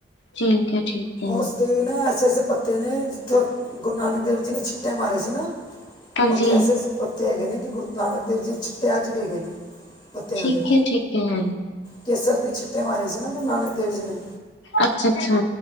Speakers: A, on the left (about 75°); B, on the left (about 25°).
A: ਠੀਕ ਹੈ-ਠੀਕ ਹੈ।
B: ਉਸ ਤੇ ਨਾ ਐਸੇ- ਐਸੇ, ਪੱਤੇ ਨੇ ਜਿੱਥੇ ਗੁਰੂ ਨਾਨਕ ਦੇਵ ਜੀ ਨੇ ਛਿੱਟੇ ਮਾਰੇ ਸੀ ਨਾ
A: ਹਾਂਜੀ
B: ਉੱਥੇ, ਐਸੇ -ਐਸੇ ਪੱਤੇ ਹੈਗੇ ਨੇ, ਕਿ ਗੁਰੂ ਨਾਨਕ ਦੇਵ ਜੀ। ਛਿੱਟੇ ਅੱਜ ਵੀ, ਹੈਗੇ ਨੇ ਪੱਤਿਆਂ
A: ਠੀਕ
B: ਦੇ,
A: ਹੈ ਠੀਕ ਹੈ
B: ਕੇਸਰ ਦੇ ਛਿੱਟੇ ਮਾਰੇ ਸੀ ਨਾ, ਗੁਰੂ ਨਾਨਕ। ਦੇਵ ਜੀ ਨੇ
A: ਅੱਛਾ -ਅੱਛਾ।